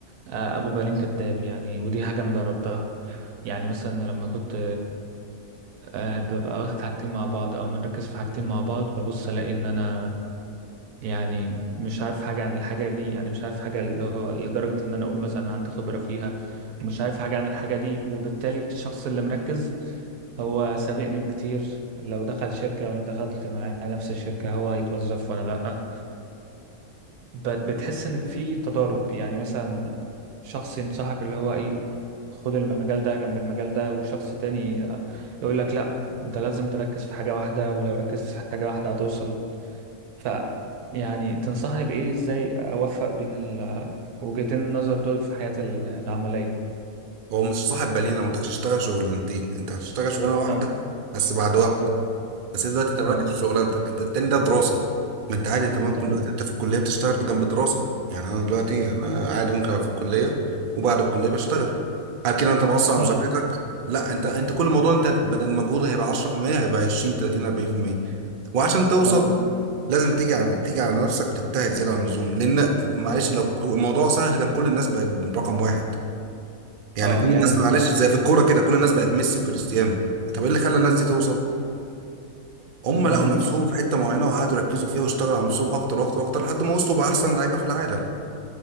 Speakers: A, on the right; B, on the right.
A: آه، ابو بالين كداب يعني ودي حاجه انا جربتها يعني مثلا لما كنت آه، ببقى واخد حاجتين مع بعض او مركز في حاجتين مع بعض ببص الاقي ان انا يعني مش عارف حاجه عن الحاجه دي يعني مش عارف حاجه اللي هو لدرجه ان انا اقول مثلا عندي خبره فيها ومش عارف حاجه عن الحاجه دي وبالتالي الشخص اللي مركز هو سابقني بكتير لو دخل شركه وانا دخلت معاه نفس الشركه هو هيتوظف وانا لا فبتحس ان في تضارب يعني مثلا شخص ينصحك اللي هو ايه خد المجال ده جنب المجال ده وشخص تاني يقول لك لا انت لازم تركز في حاجة واحدة ولو ركزت في حاجة واحدة هتوصل ف يعني تنصحني بإيه ازاي اوفق بين ال- وجهتين النظر دول في حياتي ال- العملية
B: هو مش صاحب بالين انا ما قلتلكش اشتغل شغلانتين انت هتشتغل شغلانه واحده
A: اه
B: بس بعد وقت
A: تمام
B: بس انت دلوقتي انت
A: تمام
B: مركز في شغلانتك انت التاني ده دراسه ما انت عادي انت ممكن
A: تمام
B: دلوقتي انت في الكليه بتشتغل جنب الدراسه يعني انا دلوقتي
A: تمام
B: انا عادي ممكن ابقى في الكليه وبعد الكليه بشتغل هل كده انت مقصر على
A: اه
B: مذاكرتك لا انت انت كل موضوع انت بدل المجهود هيبقى 10% هيبقى 20 30 40% وعشان توصل
A: اه
B: لازم تيجي على تيجي
A: تمام.
B: على نفسك وتجتهد زياده عن اللزوم لان معلش لو ك- الموضوع سهل كان كل الناس بقت رقم واحد يعني
A: اه
B: كل الناس
A: يعني انت
B: معلش
A: قصد-
B: زي في الكوره كده كل الناس بقت ميسي وكريستيانو طب ايه اللي خلى الناس دي توصل هم
A: انهم
B: لقوا نفسهم
A: مركزين
B: في حته معينه وقعدوا يركزوا فيها واشتغلوا على نفسهم اكتر واكتر واكتر لحد ما وصلوا بقى احسن لعيبه في العالم